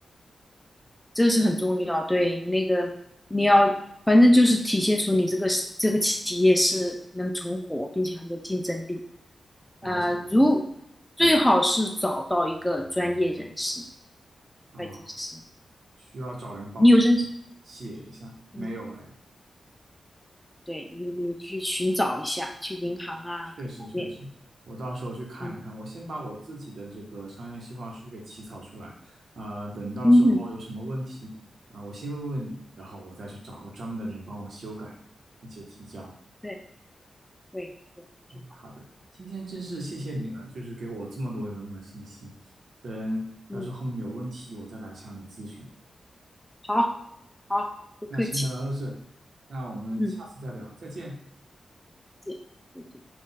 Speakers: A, in the centre; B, on the right.
A: 这个是很重要。对，那个你要，反正就是体现出你这个这个企业是能存活，并且很有竞争力。呃，
B: 了解了解
A: 如最好是找到一个专业人士，
B: 啊，
A: 会计师，
B: 需要找人帮
A: 你有认识，
B: 写一下，没有哎。
A: 嗯，对你你去寻找一下，去银行啊各方面，
B: 确实确实，我到时候去看一看。
A: 嗯
B: 我先把我自己的这个商业计划书给起草出来，呃，等到时候有什么问题，
A: 嗯哼
B: 啊、我先问问你，然后我再去找个专门的人帮我修改，并且提交。
A: 对对对，挺好，
B: 好的，今天真是谢谢你了，
A: 嗯
B: 就是给我这么多有用的信息。等要是后面有问题，
A: 嗯，
B: 我再来向你咨询。
A: 好好，不客气，
B: 那先聊到这，那我们下次再聊，
A: 嗯，
B: 再见。
A: 再见。再见